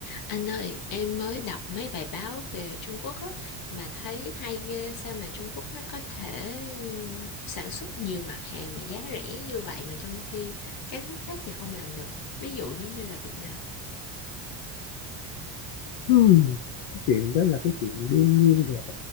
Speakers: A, on the left; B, on the left.
A: Anh ơi, em mới đọc mấy bài báo về Trung Quốc á, mà thấy hay ghê sao mà Trung Quốc nó có thể sản xuất nhiều mặt hàng mà giá rẻ như vậy mà trong khi các nước khác thì không làm được. Ví dụ giống như là Việt Nam.
B: Hmm, chuyện đó là cái chuyện đương nhiên rồi